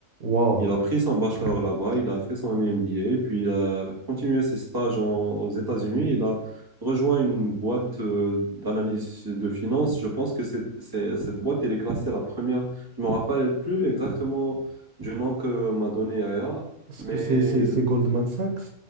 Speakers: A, on the right (about 85°); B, on the right (about 15°).
A: Waouh.
B: Il a pris son bachelor là-bas, il a fait son MBA, puis il a continué ses stages en- aux États-Unis. Il a rejoint une boîte euh, d'analyse de finances. Je pense que c'est- c'est- cette boîte, elle est classée la première. Je ne me rappelle plus exactement du nom que m'a donné Aya,
A: Est-ce
B: mais
A: que c'est, c'est, c'est Goldman Sachs?